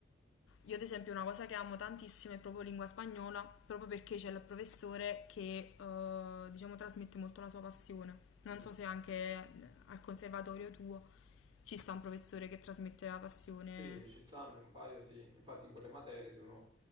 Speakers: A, on the left; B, on the right.
A: io ad esempio una cosa che amo tantissimo è proprio lingua spagnola, proprio perché c'è il professore che eh, diciamo trasmette molto la sua passione. Non
B: mm.
A: so se anche eh, al conservatorio tuo ci sta un professore che trasmette la passione
B: Sì, ci stanno un paio, sì. Infatti in quelle materie sono